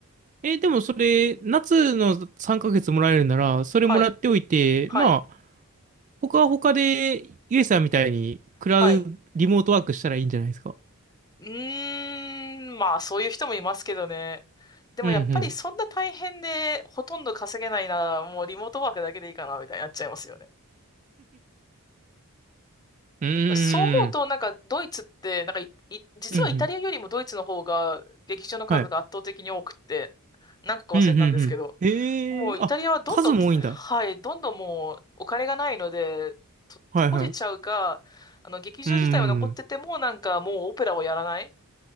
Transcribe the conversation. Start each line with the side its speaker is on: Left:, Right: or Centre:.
Right: え、でもそれ、夏の3ヶ月もらえるなら、
Left: <laughs>
Right: それもらっておいて、
Left: はい、はい、
Right: まあ、他は他で、ゆえさんみたいに、クラウ、
Left: はい。
Right: リモートワークしたらいいんじゃないですか。
Left: うーん、まあそういう人もいますけどね。でもやっぱりそんな大変でほとんど稼げないなら、
Right: うんうん。
Left: もうリモートワークだけでいいかな、みたいになっちゃいますよね。
Right: うーん。
Left: そう思うと、なんか、ドイツって、なんかい、い実はイタリアよりもドイツの方が、
Right: うんうん。
Left: 劇場の数が圧倒的に多くって、
Right: はい。
Left: 何個か忘れたんですけど、
Right: うんうんうん。へえ、
Left: もうイタリアはどんどん、
Right: あ、数も多いんだ。
Left: はい、どんどんもうお金がないので、と閉じちゃうか、
Right: はいはい。
Left: あの、劇場自体は残ってても、
Right: うん。うん
Left: なんかもうオペラをやらない